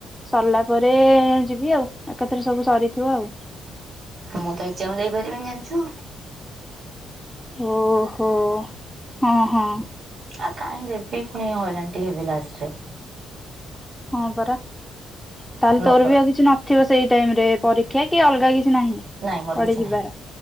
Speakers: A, in the centre; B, on the right.
A: ସରିଲା ପରେ ଯିବି ଆଉ ଏକାଥରେ ସବୁ ସରିଥିବ ଆଉ।
B: ମୁଁ ତ ଏକଜ଼ାମ ଦେଇପାରିବିନି ଜାଣିଛୁ।
A: ଓହୋ ହଁ ହଁ।।
B: ଆ କାହିଁ ଦେବି ପୁଣି ହଇରାଣ ଟି ହେବି ଲାଷ୍ଟରେ।
A: ହଁ ପରା ତାହଲେ
B: ନବ
A: ତୋର ବି ଆଉ କିଛି ନଥିବ ସେଇ ଟାଇମ ରେ ପରୀକ୍ଷା କି ଅଲଗା କିଛି? ନାହିଁ
B: ନାଇଁ ମୋର
A: କୁଆଡେ
B: କିଛି
A: ଯିବାର
B: ନାହିଁ